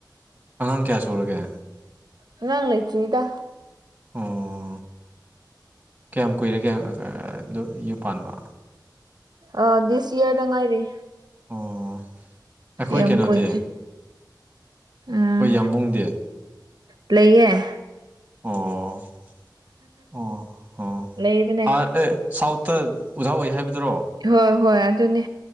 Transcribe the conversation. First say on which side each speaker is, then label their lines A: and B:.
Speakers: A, on the right (about 20°); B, on the right (about 60°).
A: ꯑꯉꯥꯡ ꯀꯌꯥ ꯁꯨꯔꯒꯦ
B: ꯑꯉꯥꯡ ꯂꯩꯇ꯭ꯔꯤꯗ
A: ꯑꯣ ꯀꯌꯥꯝ ꯀꯨꯏꯔꯦꯒꯌꯥꯝ ꯌꯨꯝ ꯄꯥꯟꯕ
B: ꯑ ꯗꯤꯁ ꯏꯌꯔꯗ ꯉꯥꯏꯔꯤ
A: ꯑꯣ ꯑꯩꯈꯣꯏ
B: ꯌꯥꯝꯦꯝ
A: ꯀꯩꯅꯣꯗꯤ
B: ꯀꯣꯏ ꯎꯝ
A: ꯑꯩꯈꯣꯏ ꯌꯥꯝꯕꯨꯡꯗꯤ
B: ꯂꯩ꯭ꯂꯌꯦ
A: ꯑꯣ ꯑꯣ ꯑꯣ
B: ꯂꯩꯕꯅꯦ
A: ꯑ ꯑꯦ ꯁꯥꯎꯠꯇ ꯑꯣꯖꯥ ꯑꯣꯏ ꯍꯥꯏꯕꯗꯨꯔꯣ
B: ꯍꯣꯏ ꯍꯣꯏ ꯑꯗꯨꯅꯦ